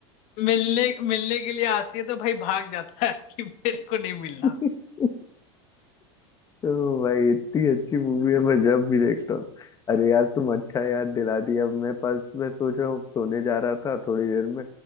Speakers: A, on the left (about 50°); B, on the left (about 25°).
A: मिलने मिलने के लिए आती है तो भाई भाग जाता है कि मेरे को नहीं मिलना
B: <laughs> तो भाई इतनी अच्छी मूवी है मैं जब भी देखता हूँ अरे यार तुम अच्छा याद दिला दिया अब मैं पास मैं सोच रहा हूँ सोने जा रहा था थोड़ी देर में